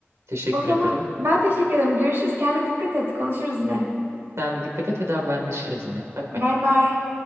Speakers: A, on the right; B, on the right.
A: Teşekkür
B: O zaman
A: ederim.
B: ben teşekkür ederim. Görüşürüz. Kendine dikkat et. Konuşuruz yine.
A: Sen de dikkat et, hadi haberleşiriz yine. Bye
B: Bay
A: bye.
B: bay.